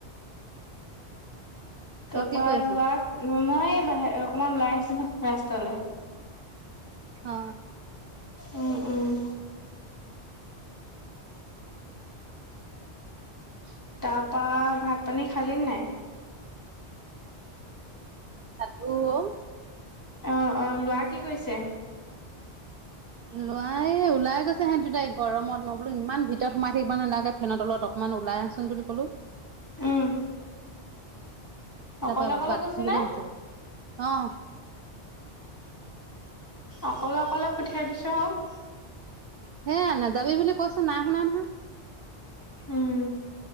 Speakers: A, on the right; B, on the left.
A: তই
B: তাৰপৰা
A: কি কৰি আছ
B: লোৱা মই বাহ, অকমান ওলাই আহিছোঁ ৰাস্তালৈ।
A: অ।
B: উম- উম।
A: <inaudible>
B: তাৰপৰা ভাত- পানী খালি নে নাই?
A: খালোঁ অ।
B: অ- অ, ল'ৰা কি কৰিছে?
A: লৰাই ওলাই গৈছে, হেঁত দুটাই গৰমত মই বোলো ইমান ভিতৰত সোমাই থাকিবা নালাগে ফেনত তলত। অকমান ওলাই আহচোন বুলি ক'লো।
B: উম। অকলে
A: তাৰপৰা
B: অকলে
A: বাথৰুমলৈ
B: নে?
A: গৈছে অ'।
B: অকলে অকলে পঠিয়াই দিছোঁ আৰু।
A: হেয়া নাযাবি বুলি কৈছো নাই শুনা নহয়।
B: উম।